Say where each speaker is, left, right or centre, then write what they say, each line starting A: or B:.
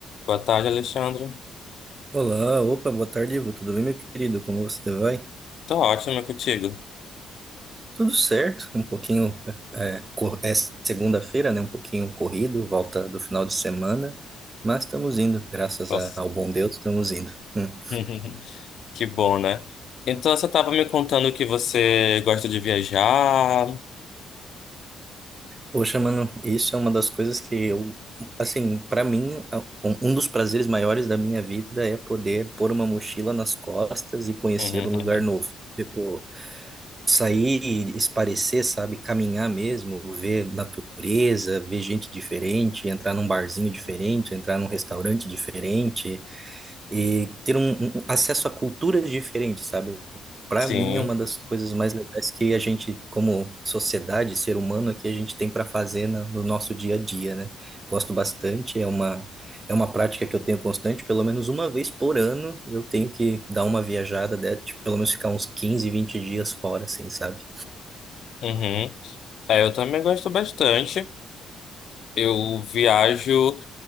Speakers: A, on the left; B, on the right.
A: Boa tarde, Alexandre.
B: Olá, opa, boa tarde, Ivo. Tudo bem, meu querido? Como você vai?
A: Tô ótimo é contigo.
B: Tudo certo, um pouquinho, é, cor- é segunda-feira, né? Um pouquinho corrido, volta do final de semana, mas estamos indo, graças
A: Nossa.
B: a- ao bom Deus, estamos indo. Hum.
A: <laughs> Que bom, né? Então você estava me contando que você gosta de viajar. <laughs>
B: Poxa, mano, isso é uma das coisas que eu, assim, para mim, a- um um dos prazeres maiores da minha vida é poder pôr uma mochila nas costas e conhecer
A: Uhum.
B: um lugar novo. Tipo, sair e esparecer, sabe? Caminhar mesmo, ver natureza, ver gente diferente, entrar num barzinho diferente, entrar num restaurante diferente, e ter um, um um acesso a culturas diferentes, sabe? Para
A: Sim.
B: mim é uma das coisas mais legais que a gente, como sociedade, ser humano, é que a gente tem para fazer na- no nosso dia a dia, né? Gosto bastante, é uma é uma prática que eu tenho constante, pelo menos uma vez por ano eu tenho que dar uma viajada, né? Tipo, pelo menos ficar uns 15, 20 dias fora, assim, sabe?
A: Uhum. É, eu também gosto bastante. Eu viajo.